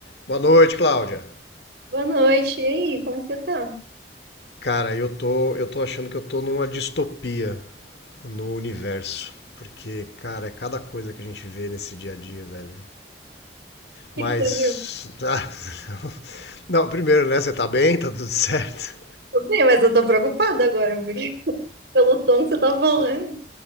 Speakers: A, on the left; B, on the right.
A: Boa noite, Cláudia.
B: Boa noite. E aí, como que você tá? O
A: Cara, eu tô, eu tô achando que eu tô numa distopia no universo. Porque, cara, é cada coisa que a gente vê nesse dia a dia, velho.
B: que
A: Mas.
B: que você viu?
A: ah, <laughs> Não, primeiro, né? Você tá bem? Tá tudo certo?
B: Tô bem, mas eu tô preocupada agora, porque <laughs> pelo tom que você tá falando,